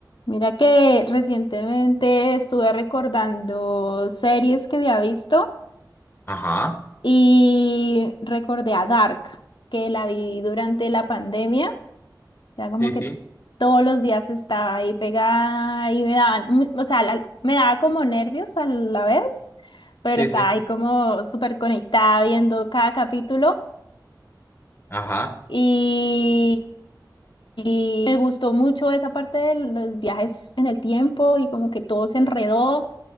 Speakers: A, on the left; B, on the left.
A: Mira que recientemente estuve recordando series que había visto
B: Ajá,
A: y recordé a Dark, que la vi durante la pandemia. Era como
B: sí,
A: que
B: sí,
A: todos los días estaba ahí pegada y me daban, mu- o sea, la- me daba como nervios a la vez, pero
B: sí,
A: estaba
B: sí,
A: ahí como súper conectada viendo cada capítulo
B: ajá,
A: y, y me gustó mucho esa parte de los viajes en el tiempo y como que todo se enredó.